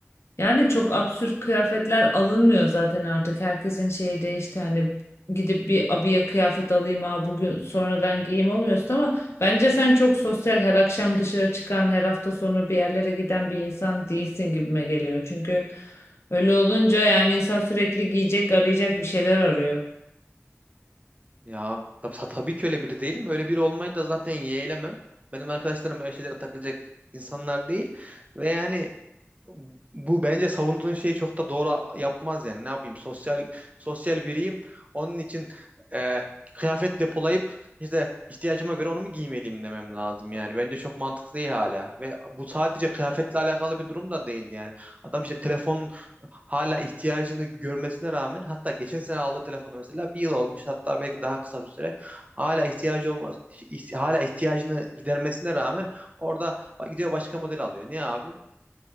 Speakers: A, on the left (about 70°); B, on the right (about 30°).
A: Yani çok absürt kıyafetler alınmıyor zaten artık. Herkesin şeyi değişti. Hani gidip bir abiye kıyafet alayım ha bugün sonradan giyeyim olmuyorsun ama bence sen çok sosyal her akşam dışarı çıkan her hafta sonu bir yerlere giden bir insan değilsin gibime geliyor. Çünkü öyle olunca yani insan sürekli giyecek arayacak bir şeyler arıyor.
B: Ya tab- ta- tabii ki öyle biri değilim. Öyle biri olmayı da zaten yeğlemem. Benim arkadaşlarım öyle şeylere takılacak insanlar değil. Ve yani bu bence savunduğun şeyi çok da doğru yapmaz yani. Ne yapayım? Sosyal sosyal biriyim. Onun için e, kıyafet depolayıp işte ihtiyacıma göre onu mu giymeliyim demem lazım yani. Bence çok mantıklı değil hala. Ve bu sadece kıyafetle alakalı bir durum da değil yani. Adam işte telefonun hala ihtiyacını görmesine rağmen hatta geçen sene aldığı telefonu mesela bir yıl olmuş hatta belki daha kısa bir süre hala ihtiyacı olmaz ih- hala ihtiyacını gidermesine rağmen orada gidiyor başka model alıyor. Niye abi?